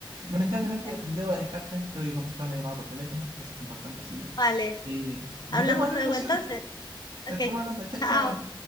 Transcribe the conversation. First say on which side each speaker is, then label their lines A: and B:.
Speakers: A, on the right; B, on the left.
A: Lamentablemente,
B: bueno,
A: debo dejarte. Tengo que contestar una llamada por teléfono. Es importante, así que
B: vale,
A: eh, nos
B: hablamos
A: vemos en otra
B: luego
A: ocasión.
B: entonces. Ok,
A: Estamos hablando. Chao,
B: chao.
A: chao.